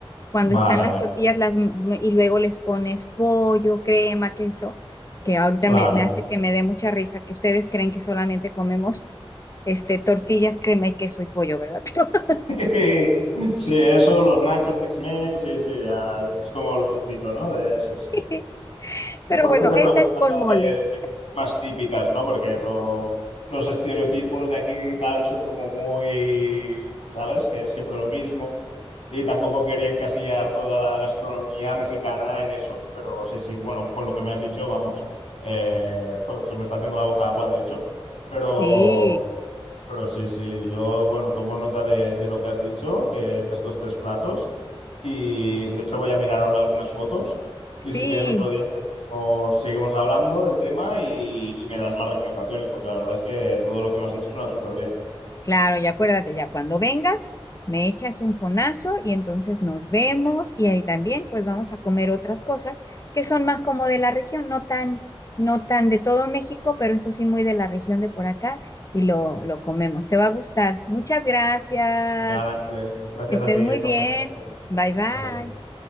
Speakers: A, on the left; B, on the left.
A: cuando
B: Vale,
A: están las
B: vale.
A: tortillas las, y luego les pones pollo, crema, queso, que ahorita
B: Claro.
A: me, me hace que me dé mucha risa, que ustedes creen que solamente comemos este, tortillas, crema y queso y pollo, ¿verdad? <laughs>
B: <laughs> Sí, eso, los nachos Tex-Mex, sí, sí, ya es como lo típico, ¿no? De, sí, sí.
A: Pero,
B: No,
A: pero
B: Por
A: bueno,
B: eso te
A: esta
B: preguntaba
A: es con mole.
B: de, de cosas más típicas, ¿no? Porque lo- los estereotipos de aquí y tal son como muy, ¿sabes? Que es siempre lo mismo. Y tampoco quería encasillar toda la gastronomía mexicana en eso. Pero sí, sí, bueno, con lo que me has dicho, vamos. eh, se me está haciendo la boca agua, de hecho. Pero.
A: Sí,
B: Pero sí, sí, yo, bueno, tomo nota de, de lo que has dicho, que de estos tres platos. Y de hecho voy a mirar ahora algunas fotos. Y
A: sí.
B: si quieres otro día, pues seguimos, seguimos hablando del tema y, y me das más recomendaciones, porque la verdad es que todo lo que me has dicho suena súper bien.
A: Claro, ya acuérdate, ya cuando vengas, me echas un fonazo y entonces nos vemos y ahí también pues vamos a comer otras cosas que son más como de la región, no tan, no tan de todo México, pero esto sí muy de la región de por acá y lo, lo comemos. Te va a gustar. Muchas gracias.
B: Genial, Ángeles. Gracias
A: Que estés
B: a ti,
A: muy
B: estamos
A: bien.
B: en contacto.
A: Bye bye.
B: Hasta luego.